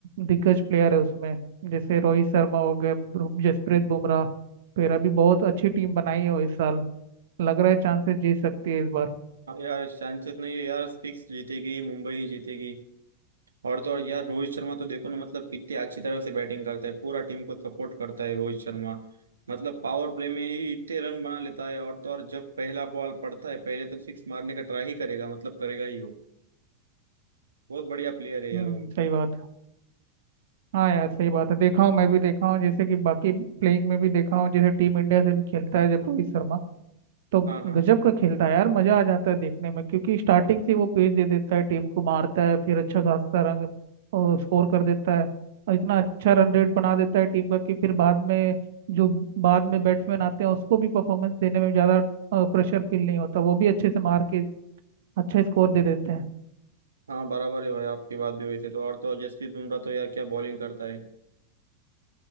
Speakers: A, on the right; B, on the right.
A: दिग्गज प्लेयर है उसमें जैसे रोहित शर्मा हो गए ब्रु- जसप्रीत बुमराह तो ये भी बहुत अच्छी टीम बनाई है वो इस साल लग रहा है चांसेस जीत सकती है इस बार
B: हाँ यार चांसेस नहीं है यार फिक्स जीतेगी मुंबई ही जीतेगी और तो और यार रोहित शर्मा तो देखो ना मतलब कितनी अच्छी तरह से बैटिंग करता है पूरा टीम को सपोर्ट करता है रोहित शर्मा मतलब पावर प्ले में ही इतने रन बना लेता है और तो और जब पहला बॉल पड़ता है पहले तो सिक्स मारने का ट्राई ही करेगा मतलब करेगा ही वो बहुत बढ़िया प्लेयर है यार
A: हम्म
B: वो
A: सही बात है हाँ यार सही बात है देखा हूँ मैं भी देखा हूँ जैसे कि बाकी प्लेइंग में भी देखा हूँ जैसे टीम इंडिया से भी खेलता है जब रोहित शर्मा तो
B: हाँ हाँ
A: गजब का खेलता है यार मजा आ जाता है देखने में क्योंकि स्टार्टिंग से ही वो पेस दे देता है टीम को मारता है फिर अच्छा खासा रन स्कोर कर देता है और इतना अच्छा रन रेट बना देता है टीम का कि फिर बाद में जो बाद में बैट्समैन आते हैं उसको भी परफॉर्मेंस देने में ज्यादा प्रेशर फील नहीं होता वो भी अच्छे से मार के अच्छा स्कोर दे देते हैं
B: हाँ बराबर है भाई आपकी बात भी हुई थी तो और तो जसप्रीत बुमराह तो यार क्या बॉलिंग करता है